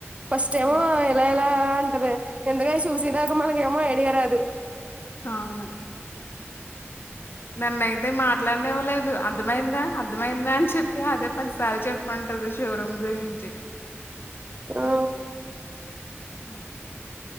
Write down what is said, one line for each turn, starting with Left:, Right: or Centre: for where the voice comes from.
Right: ఫస్ట్ టైము
Left: హ్మ్.
Right: ఎలా ఎలా అంటది ఎందుక చూసేదాక మనకేమో ఐడియా రాదు
Left: అవునా నన్నైతే మా అట్లనే ఇవ్వలేదు అర్థమైందా అర్థమైందా అని చెప్పి అదే పదిసార్ చెప్పు అంటది షోరూమ్ గురించి
Right: ఆ
Left: ఉ